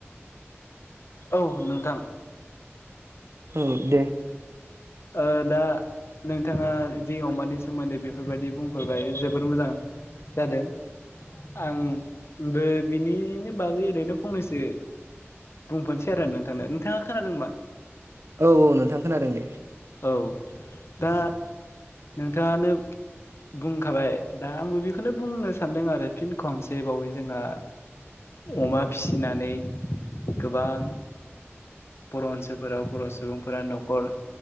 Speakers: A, on the left; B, on the right.
A: औ नोंथां।
B: औ दे।
A: ओ दा नोंथाङा जि अमानि सोमोन्दै बेफोरबायदि बुंफैबाय जोबोर मोजां जादों। आंबो बिनिनो बागै ओरैनो फंनैसो बुंफनोसै आरो नोंथांनो नोंथाङा खोनादोंबा?
B: औ औ नोंथां खोनादों दे।
A: औ दा नोंथाङानो बुंखाबाय दा आंबो बेखौनो बुंनो सानदों आरो फिन खनसे बावै जोंहा अमा फिसिनानै गोबां बर' ओनसोलफोराव बर' सुबुंफोरा न'खर